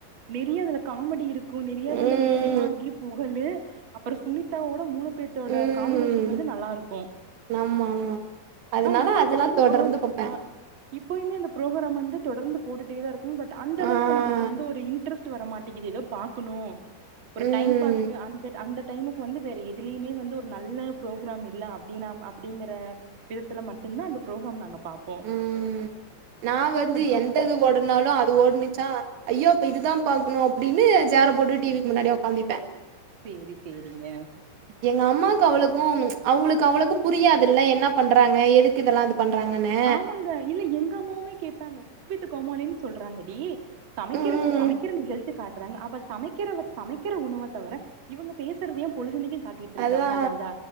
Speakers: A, on the right; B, on the right.
A: நெறைய அதுல காமெடி இருக்கு நெறைய வந்து
B: ம்
A: அந்த சிவாங்கிப் புகழு அப்ரோ சுனிதாவோட மூணு பேத்தோட
B: ம்
A: காம்பினேஷன் வந் து நல்லா இருக்கு
B: ஆமாம் ஆமாம் அதனால
A: ஆ இப்பவுமே
B: அதெல்லாம்
A: அந்த
B: தொடர்ந்து
A: புரோ
B: பார்ப்பேன்
A: அ இப்பயுமே அந்த பு்ரோக்ராம் வந்து தொடர்ந்து போட்டுட்டேதா இருக்காங்க பட் அந்த அளவுக்கு
B: ஆ
A: நமக்கு வந்து ஒரு இன் இன்ட்ரஸ்ட் வர மாட்டேங்குது எதோ பாக்கணு ஒரு
B: ம்
A: டைம் பாஸ்க்கு அந்தட் அந்தட் டைமுக்கு வந்து வேற எதுலயுமே வந்து ஒரு நல்ல ப்ரோக்ராம் இல்ல அப்டின்னா அப்படிங்கிற விதத்துல மட்டுதா அந்த ப்ரோக்ராம் நாங்க பாப்
B: ம் நா வந்து
A: வந்
B: எந்த இது ஓடனாலு அது ஓடுனுச் சா ஐயோ அப்ப இதுதா பாக்கணு அப்படின்னு ஜேர போட்டு டி விக்கு முன்னாடி உக்காந்துப்பே
A: சேரி சேரிங்க
B: எங்க அம்மாவுக்கு அவளுக்கு அவுங்களுக்கு அவளக்கு புரியாதுல்ல என்ன பண்றாங்க எதுக்கு இதெல்லா அது பண்றாங்கன்னு
A: ஆமாங்க இல்ல எங்க அம்மாவுமே கேபாங்க குக் வித்து கோமாலின்னு சொல்றாங்கடி சமைக்கிறப்ப
B: ம்
A: சமைக்கிற நிகழ்ச்சி காட்றாங்க அப்ப சமைக்கிற சமைக்கிற உணவ தவிர இவுங்க பேசுறதையு பொழுதுனைக்கு காட்டிட்டுருக்காங்க
B: அதுதா
A: அது அந்த